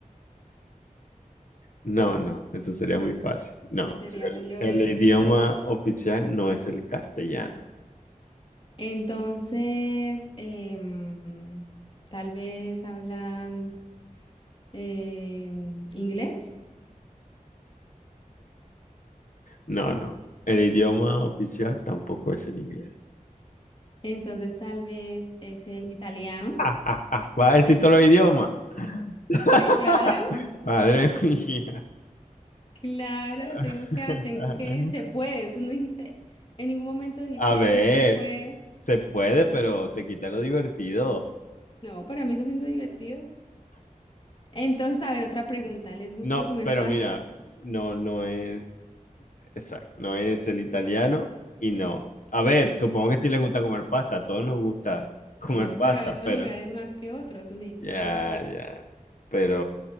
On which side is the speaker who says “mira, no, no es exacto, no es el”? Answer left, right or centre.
Left